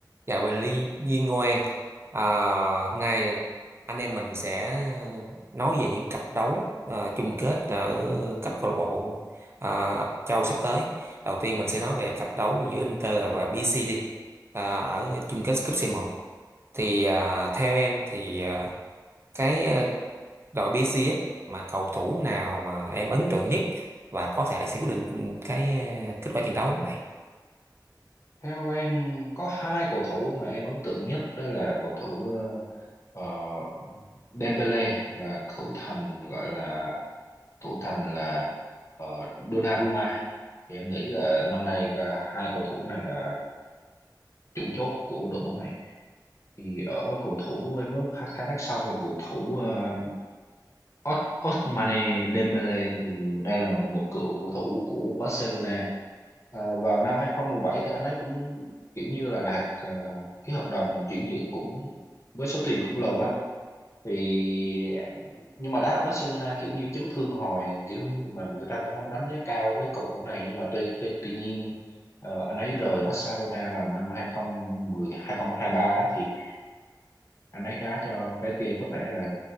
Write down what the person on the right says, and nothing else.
Chào Bình Ly Duyên Ngoan à, hôm nay anh em mình sẽ nói về những cặp đấu à, chung kết ở cấp câu lạc bộ à, châu sắp tới đầu tiên mình sẽ nói về cặp đấu giữa Inter và BC đi à, ở chung kết cúp C1 thì à, theo em thì à, cái à, đội BC á, mà cầu thủ nào mà em ấn tượng nhất và có thể sẽ quyết định cái à, kết quả trận đấu này